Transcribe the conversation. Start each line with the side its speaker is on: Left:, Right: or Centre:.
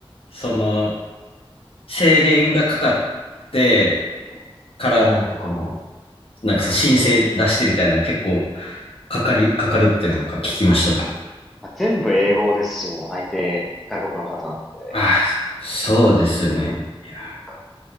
Left: その、制限がかかってからなんかこの、なんかそう申請出してみたいな結構かかり、かかるってなんか聞きましたもん。
Centre: まあ全部英語ですし、もう相手外国の方なんで。
Left: あ、そうですよね。いや、
Centre: なんか